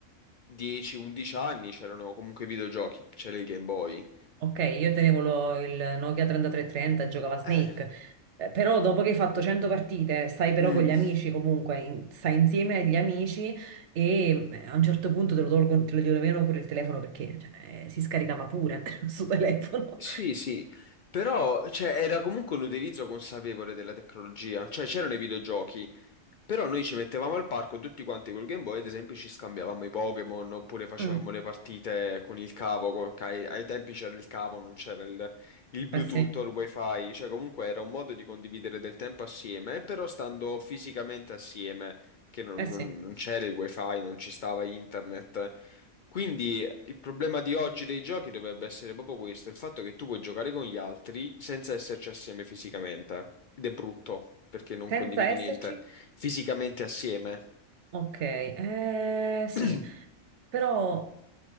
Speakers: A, on the left; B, on the right.
A: 10-11 anni c'erano comunque i videogiochi, c'era il Game Boy.
B: Ok, io tenevo lo- il Nokia 3330, giocava a Snake,
A: Eh,
B: Eh, però dopo che hai fatto 100 partite, stai però
A: mm,
B: con gli amici comunque, in- stai insieme agli amici e eh, a un certo punto te lo tolgono, te lo togliono pure il telefono perché cioè, eh, si scaricava pure <laughs> sul telefono.
A: sì, sì, però cioè, era comunque un utilizzo consapevole della tecnologia, cioè c'erano i videogiochi, Però noi ci mettevamo al parco tutti quanti col Game Boy, ad esempio ci scambiavamo i Pokémon oppure facevamo
B: Mm,
A: le partite con il cavo, con- che ai, ai tempi c'era il cavo, non c'era il, il Bluetooth
B: eh sì,
A: o il Wi-Fi, cioè comunque era un modo di condividere del tempo assieme, però stando fisicamente assieme, che non,
B: eh sì.
A: non- non c'era il Wi-Fi, non ci stava internet. Quindi il problema di oggi dei giochi dovrebbe essere proprio questo, il fatto che tu puoi giocare con gli altri senza esserci assieme fisicamente. Ed è brutto, perché non
B: Senza
A: condividi
B: esserci.
A: niente fisicamente assieme.
B: Ok, eh, sì,
A: <clears throat>
B: però